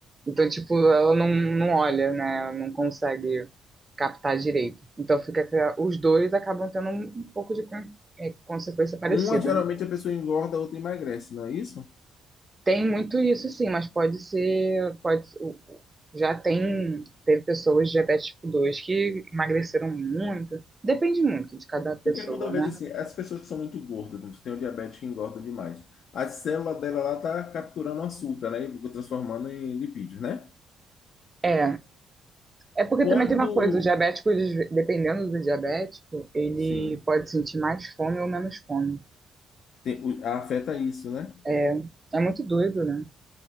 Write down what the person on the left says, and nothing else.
Uma geralmente a pessoa engorda, a outra emagrece, não é isso?
Porque quando eu vejo
assim, as pessoas que são muito gordas, como tem o diabetes que engorda demais, a célula dela lá tá capturando açúcar, né? E transformando em lipídios, né?
Quando
Sim,
Tem- o- afeta isso, né?